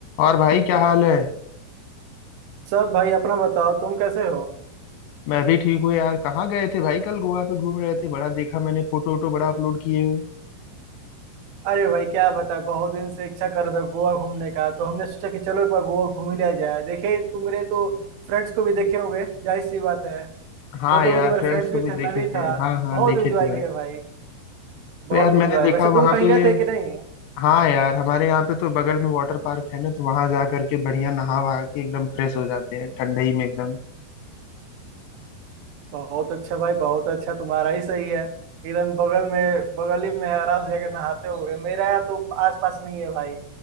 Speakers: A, on the left (about 85°); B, on the right (about 75°).
A: और भाई क्या हाल है
B: सब भाई अपना बताओ तुम कैसे हो
A: मैं भी ठीक हूँ यार कहाँ गए थे भाई कल गोवा पे घूम रहे थे बड़ा देखा मैंने फोटो वोटो बड़ा अपलोड किए हो
B: अरे भाई क्या बता बहुत दिन से इच्छा कर रहा था गोवा घूमने का तो हमने सोचा कि चलो एक बार गोवा घूम ही लिया जाए देखे तुम्हारे तो फ्रेंड्स को भी देखे होगे जाहिर सी बात है
A: हाँ
B: फोटो
A: यार
B: में तुम्हारे
A: फ्रेंड्स
B: फ्रेंड्स
A: को
B: भी
A: भी
B: थे मैं
A: देखे
B: भी
A: थे
B: था
A: हाँ हाँ
B: बहुत
A: देखे
B: एंजॉय
A: थे भाई
B: किया भाई बहुत
A: तो यार मैंने
B: एंजॉय
A: देखा
B: वैसे तुम
A: वहां
B: कहीं
A: पे
B: गए थे कि नहीं
A: हाँ यार हमारे यहाँ पे तो बगल में वाटर पार्क है ना तो वहां जा करके बढ़िया नहा वहा के एकदम फ्रेश हो जाते हैं ठंडई में एकदम
B: बहुत अच्छा भाई बहुत अच्छा तुम्हारा ही सही है एकदम बगल में बगल ही में है, आराम से जाके नहाते होगे मेरा तो आस पास नहीं है भाई